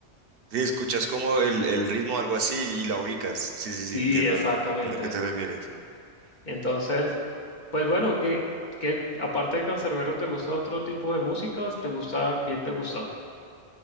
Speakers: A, on the right; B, on the left.
A: si escuchas como el, el ritmo o algo así y la ubicas. Sí, sí,
B: Sí,
A: sí, entiendo,
B: exactamente.
A: entiendo a qué te refieres.
B: Entonces, pues bueno, que aparte de Canserbero te gusta otro tipo de músicas? ¿Te gusta qué te gusta?